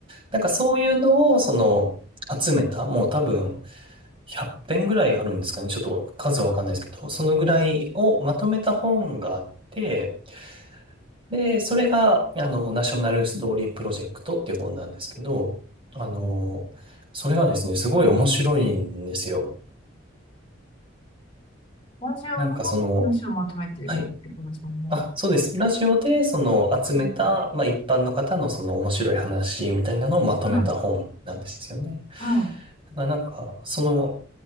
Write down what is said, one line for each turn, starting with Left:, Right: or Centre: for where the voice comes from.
Right: なんかそういうのをその集めた、もう多分100編ぐらいあるんですかね。ちょっと数わかんないですけど、そのぐらいをまとめた本があって、で、それがあの、ナショナルストーリープロジェクトっていう本なんですけど、あの、それはですね、すごい面白いんですよ。
Left: ラジオの文章をまとめているっていうことですもんね。
Right: なんかその、はいあ、そうです。ラジオで、その、集めた、
Left: うん。
Right: まあ、一般の方のその面白い話みたいなのをまとめた本なんですよね。
Left: はい。は
Right: だからなんか、その、